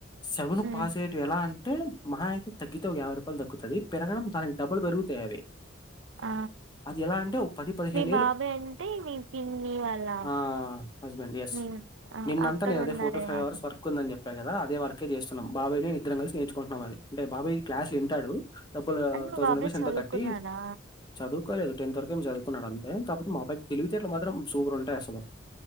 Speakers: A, on the left; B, on the right.
A: సెవెను
B: ఉమ్
A: పాసయేటివి ఎలా అం అంటె మహ అయితే తగ్గితే ఒక యాైభై రూపాయలు తగ్గుతుది పెరగడం దానికి డబ్బులు పెరుగుతాయవి
B: అ
A: అది ఎలా అంటే పది పదిహేను ఏళ్ళు
B: బాబాయ్ అంటే మీ పిన్ని వాళ్ళ
A: ఆ హస్బెండ్ ఎస్
B: మీ ఆ
A: నిన్న
B: అక్కడ
A: అంత నేను అదే
B: ఉన్నారే
A: ఫోర్ టు ఫైవ్
B: వాళ్ళు
A: అవర్స్ వర్క్ ఉందని చెప్పను చెప్పే కదా అదే వర్కే చేస్తున్నాం బాబాయి నే ఇద్దరం కలిసి నేర్చుకుంటున్నాం అంటే బాబాయ్ క్లాస్ వింటాడు డబ్బుల్
B: అంటే మీ
A: థౌజండ్
B: బాబాయ్
A: రూపీస్
B: చదువుకున్నాడా
A: ఎంతో కట్టి చదువు కోలేదు టెన్త్ వరకు ఏం చదువుకున్నాడు అంతే కాబట్ మా అబ్బాయిక్ తెవితేటలు మాత్రం సూర్ ఉంటాయి అసలు